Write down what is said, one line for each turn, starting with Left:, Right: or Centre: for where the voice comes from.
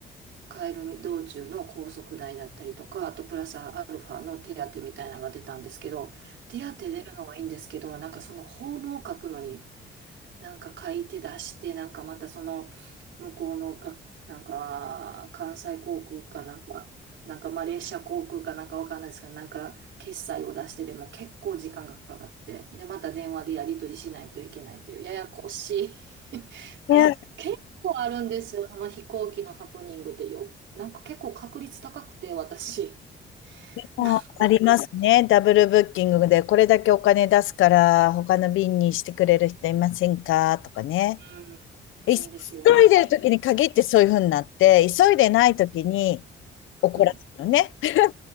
Right: 帰る道中の高速代だったりとか、あとプラスアルファの手当みたいなのが出たんですけど、手当出るのはいいんですけど、なんかそのホームを書くのになんか書いて出して、なんかまたその向こうのが、なんか関西航空かなんか、なんかマレーシア航空かなんかわかんないですけど、なんか決済を出してでも結構時間がかかって、で、また電話でやり取りしないといけないという、ややこしい <laughs> な、
Left: いや、
Right: 結構あるんですよ、その飛行機のハプニングってよ、なんか結構確率高くて、私。<laughs>
Left: あありますね。
Right: なんか、
Left: ダブルブッキングで、これだけお金出すから、他の便にしてくれる人いませんかとかね。
Right: うん、あるんですよね。
Left: い急いでる時に限ってそういうふうになって、急いでない時に怒らせるのね。
Right: うん。
Left: <laughs>